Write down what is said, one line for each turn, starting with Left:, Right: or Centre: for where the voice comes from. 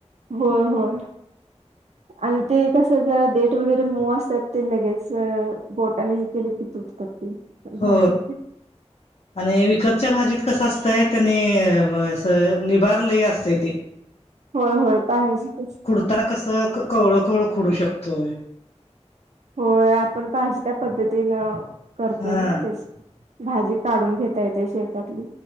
Right: होय होय आणि ते कस जरा डेट वगैरे मव असतात ते लगेच बोटाने हे केले की तुटतात ते
Left: हो
Right: भाजी
Left: आणि विकतच्या भाजीत कसं असतंय त्यांनी अस निभारलंही असतं इ ती
Right: होय होय पाहायज ते
Left: त्यांना कसं कवळं कवळं खोडू शकतोय
Right: होय आपण पाजी त्या पद्धतीनं करतोय
Left: हा
Right: ना तेच भाजी काढून घेता येत शेतातली